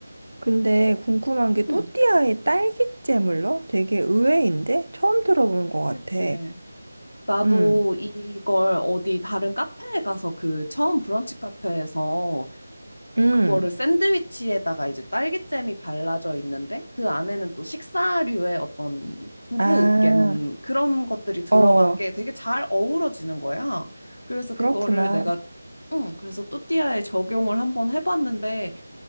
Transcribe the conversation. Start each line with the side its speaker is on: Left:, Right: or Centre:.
Right: 근데 궁금한 게 또띠아에
Left: 응,
Right: 딸기잼을 넣어? 되게 의외인데? 처음 들어보는 것 같아.
Left: 그치. 나도
Right: 음,
Left: 이걸 어디 다른 카페에 가서 그 처음 브런치 카페에서
Right: 음.
Left: 그거를 샌드위치에다가 이제 딸기잼이 발라져 있는데 그 안에는 또 식사류의 어떤 두부
Right: 아,
Left: 으깬 그런 것들이 들어간
Right: 어,
Left: 게 되게 잘 어우러지는 거야. 그래서
Right: 그렇구나.
Left: 그거를 내가 응, 그래서 또띠아에 적용을 한번 해봤는데